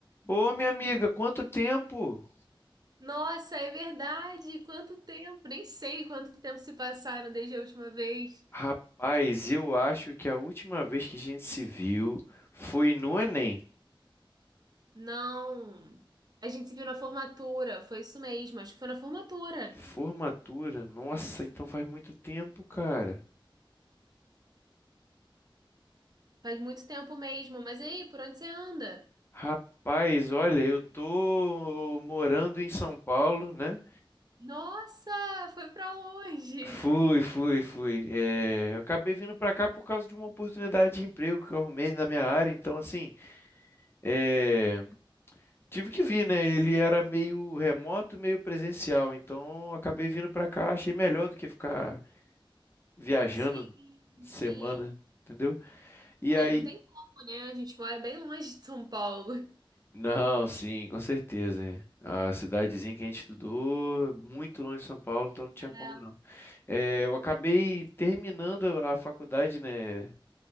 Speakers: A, on the left; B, on the right.
A: Ô, minha amiga, quanto tempo?
B: Nossa, é verdade! Quanto tempo! Nem sei quanto tempo se passaram desde a última vez.
A: Rapaz, eu acho que a última vez que a gente se viu foi no Enem.
B: Não, a gente se viu na formatura, foi isso mesmo, acho que foi na formatura.
A: Formatura, nossa, então faz muito tempo, cara.
B: Faz muito tempo mesmo, mas e aí, por onde você anda?
A: Rapaz, olha, eu tô morando em São Paulo, né?
B: Nossa, foi pra longe!
A: Fui, fui, fui. É, eu acabei vindo pra cá por causa de uma oportunidade de emprego que eu arrumei na minha área, então assim, é, Tive que vir, né? Ele era meio remoto, meio presencial. Então acabei vindo pra cá, achei melhor do que ficar viajando
B: Sim,
A: semana,
B: sim.
A: entendeu? E
B: É,
A: aí.
B: não tem como, né? A gente mora bem longe de São Paulo.
A: Não, sim, com certeza. é. A cidadezinha que a gente estudou, muito longe de São Paulo, então não tinha como
B: É,
A: não. É, eu acabei terminando a faculdade, né?